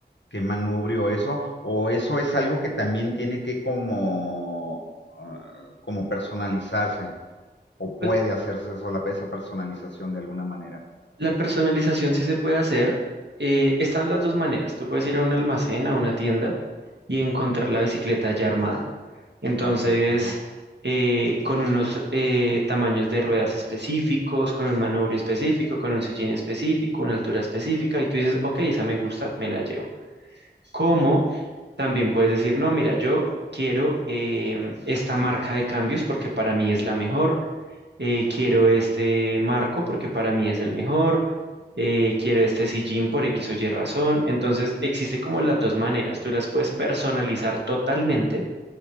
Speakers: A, on the left; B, on the right.
A: Qué manubrio eso. O eso es algo que también tiene que como, ah, como personalizarse. O
B: Pues,
A: puede hacerse eso, la- esa personalización de alguna manera.
B: la personalización sí se puede hacer. eh, están las dos maneras. Tú puedes ir a un almacén, a una tienda y encontrar la bicicleta ya armada. Entonces,
A: Ah, ok, ajá.
B: eh, con unos eh, tamaños de ruedas específicos, con un manubrio específico, con un sillín específico, una altura específica, y tú dices, ok, esa me gusta, me la llevo. Como también puedes decir, no, mira, yo quiero em, esta marca de cambios porque para mí es la mejor, eh, quiero este marco porque para mí es el mejor, eh, quiero este sillín por X o Y razón. Entonces, existe como las dos maneras, tú las puedes personalizar totalmente